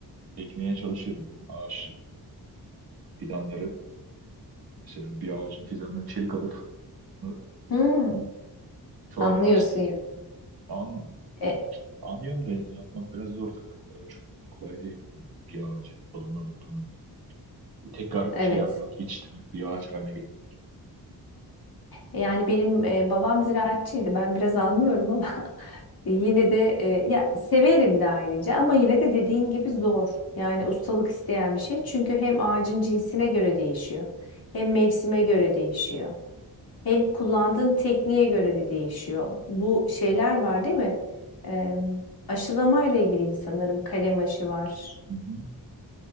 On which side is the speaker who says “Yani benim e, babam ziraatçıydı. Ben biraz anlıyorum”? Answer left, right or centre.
Left